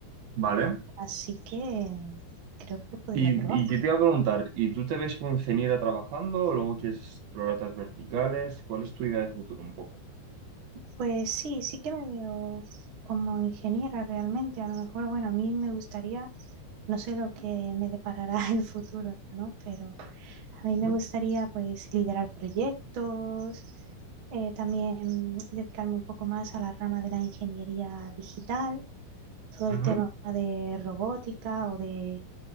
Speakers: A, on the right; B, on the right.
A: Vale.
B: así que mm, creo que podría
A: Y,
B: probar.
A: y que te iba a preguntar, ¿y tú te ves como ingeniera trabajando o luego quieres explorar otras verticales? ¿Cuál es tu idea de futuro un poco?
B: Pues sí, sí que me veo como ingeniera realmente. A lo mejor, bueno, a mí me gustaría, no sé lo que me deparará <laughs> el futuro, ¿no? Pero a
A: Ujú,
B: mí me gustaría pues liderar proyectos, eh, también dedicarme un poco más a la rama de la ingeniería digital, todo
A: ujú.
B: el tema
A: O
B: de robótica o de...